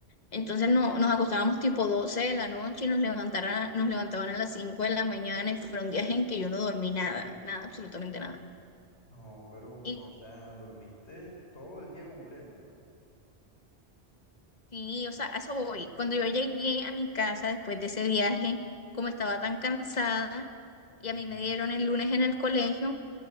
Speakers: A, on the left (about 40°); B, on the left (about 85°).
A: Entonces, no, nos acostábamos tipo 12 de la noche y nos levantaran, nos levantaban a las 5 de la mañana y fueron días en que yo no dormí nada, nada, absolutamente nada.
B: No, pero,
A: Y
B: o sea, dormiste todo el día completo.
A: Sí, o sea, a eso voy. Cuando yo llegué a mi casa después de ese viaje, como estaba tan cansada y
B: Ujú,
A: a mí me dieron el lunes en el colegio,